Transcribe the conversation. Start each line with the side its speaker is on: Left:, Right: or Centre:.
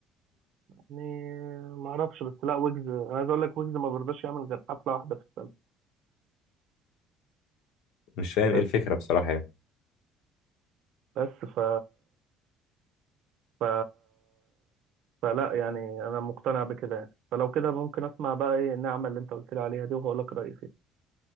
Right: يعني ما اعرفش بس لا ويجز انا عايز اقول لك ويجز ما بيرضاش يعمل غير حفلة واحدة في السنة
Left: مش فاهم
Right: بس
Left: ايه الفكره بصراحه يعني
Right: بس ف ف... فلا يعني انا مقتنع بكده يعني فلو كده ممكن اسمع بقى ايه النعمة اللي انت قلت لي عليها دي وهقول لك رأيي فيها